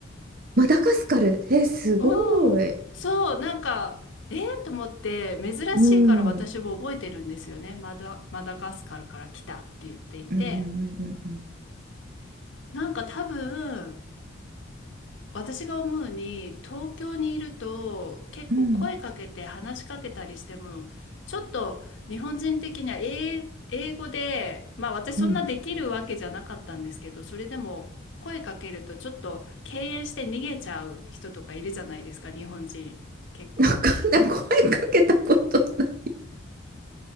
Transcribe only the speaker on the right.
マダガスカルえすごい、
うん、うん
うんうんうん
うん
うんうん
なかなか声かけたことない